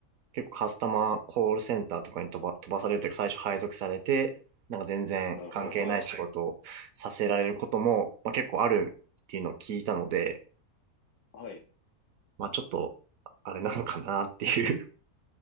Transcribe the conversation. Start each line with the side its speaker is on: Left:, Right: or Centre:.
Right: 結構カスタマーコールセンターとかに飛ば、飛ばされるというか最初配属されて、なんか全然関係ない仕事をさせられることも、
Left: なるほど。はい。
Right: まあ結構あるっていうのを聞いたので、
Left: はい。
Right: まあちょっと、あれなのかなっていう。